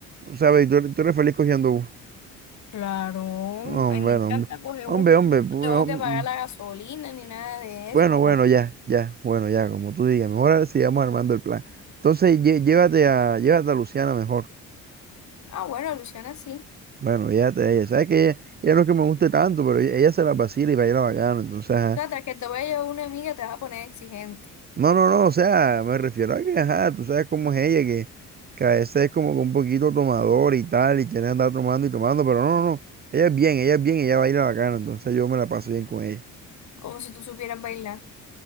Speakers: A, on the right (about 30°); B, on the left (about 55°).
A: O sea, ve, tú, eres tú eres feliz cogiendo bus.
B: Claro,
A: No,
B: ay,
A: Hombre,
B: me encanta
A: no, hombre.
B: coger
A: Hombre,
B: bus.
A: hombre,
B: No
A: pu-
B: tengo
A: hom-
B: que pagar la gasolina ni nada de
A: Bueno,
B: eso, como
A: bueno,
B: tú.
A: ya, ya, bueno, ya, como tú digas, mejor ahora sigamos armando el plan. Entonces, lle- llévate a, llévate a Luciana mejor.
B: Ah, bueno, Luciana, sí.
A: Bueno, llévate a ella. Sabes que ella, ella no es que me guste tanto, pero ella, ella se la vacila y baila bacano. Entonces, ajá.
B: Trata que te vaya una amiga, te vas a poner exigente,
A: No, no, no, o sea, me refiero a que, ajá, tú sabes cómo es ella, que, que a veces es como que un poquito tomador y tal, y quiere andar tomando y tomando, pero no, no, no. Ella es bien, ella es bien, ella baila bacano, entonces yo me la paso bien con ella.
B: como si tú supieras bailar.